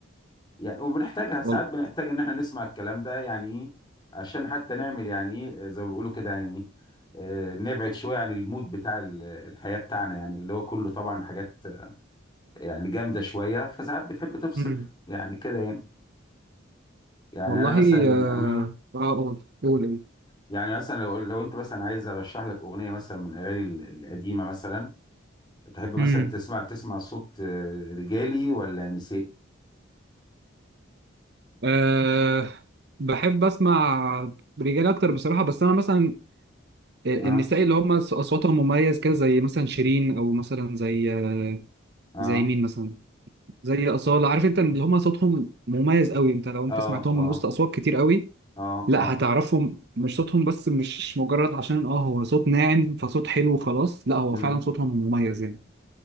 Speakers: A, on the left; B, on the right.
A: يعني وبنحتاجها ساعات
B: وال...
A: بنحتاج ان احنا نسمع الكلام ده يعني ايه عشان حتى نعمل يعني ايه زي ما بيقولوا كده يعني إيه، آه، نبعد شويه عن المود بتاع ال- الحياه بتاعنا يعني اللي هو كله طبعا حاجات يعني جامده شويه فساعات بتحب تفصل
B: امم
A: يعني كده يعني يعني
B: والله
A: انا مثلا
B: اه
A: أمم،
B: آه، قول قول إيه.
A: يعني مثلا لو لو انت مثلا عايز ارشح لك اغنيه مثلا من الاغاني ال- القديمه مثلا تحب مثلا
B: امم
A: تسمع تسمع صوت آه، رجالي ولا نسائي
B: أه بحب اسمع رجال اكتر بصراحه بس انا مثلا النساء
A: اه
B: اللي هم اصواتهم مميز كده زي مثلا شيرين او مثلا زي آه،
A: اه
B: زي مين مثلا زي اصاله عارف انت اللي هم صوتهم مميز قوي انت لو انت
A: اه
B: سمعتهم
A: اه
B: من وسط اصوات كتير قوي
A: اه
B: لا
A: اه
B: هتعرفهم مش صوتهم بس مش مجرد عشان اه هو صوت ناعم فصوت حلو وخلاص لا هو
A: امم
B: فعلا صوتهم مميز يعني